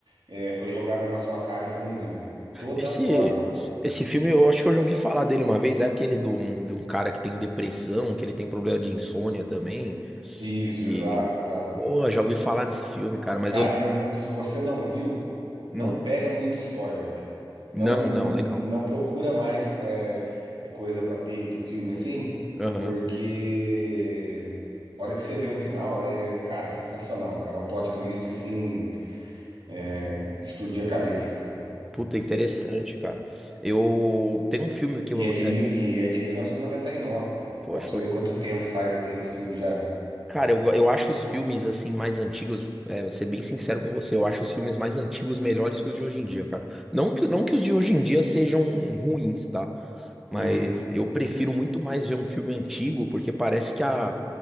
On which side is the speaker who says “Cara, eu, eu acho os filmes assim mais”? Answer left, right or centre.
Centre